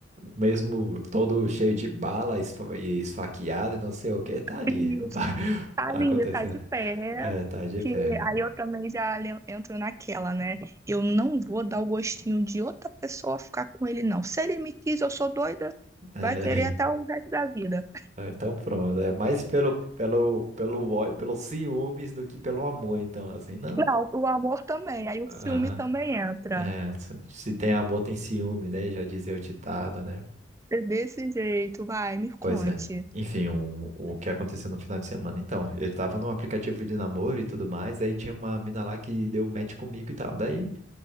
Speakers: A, on the right; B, on the right.
A: mesmo todo cheio de bala esfa- e esfaqueado e não sei o que, tá ali.
B: E
A: <laughs>
B: tá
A: Tá
B: linda,
A: acontecendo.
B: tá de pé,
A: É, tá de
B: que
A: fé.
B: aí eu também já le- entro naquela, né? Eu não vou dar o gostinho de outra pessoa ficar com ele, não. Se ele me quis, eu sou doida,
A: É.
B: vai querer até o resto da vida.
A: Ah, Então pronto, é mais pelo, pelo, pelo, ódio, pelos ciúmes do que pelo amor, então, assim, não,
B: Não,
A: não.
B: o amor também, aí o
A: Aham.
B: ciúme também entra.
A: É, se se tem amor, tem ciúme, né? Já dizia o ditado, né?
B: É desse jeito, vai, me conte.
A: Pois é. Enfim, o, o que aconteceu no final de semana. Então, eu tava num aplicativo de namoro e tudo mais, daí tinha uma mina lá que deu match comigo e tal. daí